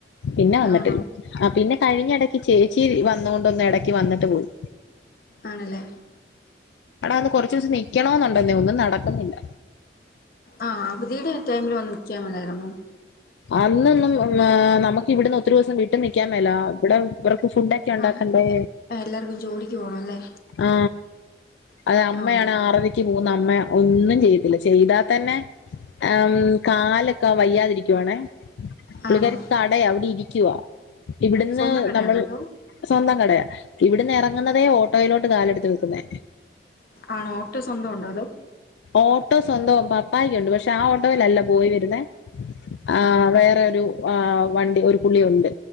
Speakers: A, on the left; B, on the left.
A: പിന്നെ വന്നിട്ടില്ല
B: ആണോ
A: ആ പിന്നെ കഴിഞ്ഞ ഇടക്ക് ചേച്ചി വന്ന കൊണ്ടോണ്ട് ഒന്ന് ഇടക്ക് വന്നിട്ട് പോയി
B: ആണല്ലേ
A: അടാ അന്ന് കൊറച്ച ദിവസം നിക്കണ എന്നുണ്ടെന്നെ ഒന്നും നടക്കുന്നില്ല
B: ആ അവധിയുടെ ടൈമില് വന്നു നി ക്കാൻ മേലായിരുന്നോ
A: അന്നൊന്നും നമുക്ക് ഇവിടന്ന് ഒത്തിരി ദിവസം വീട്ടിൽ നൽക്കാൻ മേല ഇവിടെ ഇവ- ഫുഡ് ഒക്കെ ഉണ്ടാക്കണ്ടേ
B: ആഹ് എല്ലാർക്കും ജോലിക്ക് പോണം അല്ലേ
A: ആ അത് അമ്മയാണ്
B: ആഹ്
A: ആറരക്ക് പോകുന്ന അമ്മ ഒന്നും ചെയ്ത്തില്ല ചെയ്താൽ തന്നെ ആ കാലൊക്കെ വയ്യാതിരിക്കുവാണേ പുള്ളിക്കാർക്ക്
B: ആണോ
A: കടയാ അവിടെ ഇരിക്കുവാ ഇവിടുന്ന്
B: സ്വന്തം കടയാണോ
A: നമ്മൾ
B: അതോ
A: സ്വന്തം കടയാ ഇവിടുന്ന് ഇറങ്ങുന്നതേ ഓട്ടോയിലോട്ട് കാലെടുത്ത് വെക്കുന്നേ
B: ആണോ ഓട്ടോ സ്വന്തം ഉണ്ടോ അതോ
A: ഓട്ടോ സ്വന്തം പപ്പായക്കുണ്ട് പക്ഷെ ആ ഓട്ടോയില്ല പോയി വരുന്നെ ആ
B: ആഹ്
A: വേറെ ഒരു ആ വണ്ടി ഒരു പുള്ളിയുണ്ട്